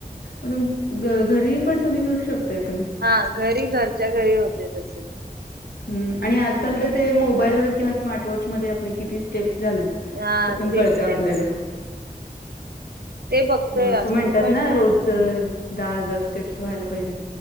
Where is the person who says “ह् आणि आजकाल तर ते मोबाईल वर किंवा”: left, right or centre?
Left